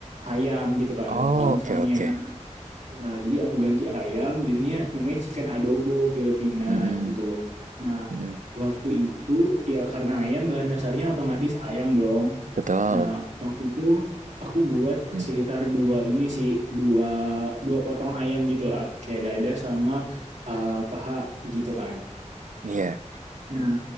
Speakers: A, on the right; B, on the right.
A: ayam gitu kan.
B: Oh,
A: Kalau
B: oke
A: misalnya
B: oke.
A: Nah, jadi aku ganti ayam, jadinya namanya chicken adobo Filipina
B: Hmm, hmm.
A: gitu. Nah,
B: Mm-mm,
A: waktu itu ya karena ayam bahan dasarnya otomatis ayam dong.
B: betul.
A: Nah, waktu itu aku buat
B: Mm,
A: sekitar dua ini sih, dua dua potong ayam gitu lah, kayak dada sama uh, paha gitu kan.
B: Iya.
A: Nah,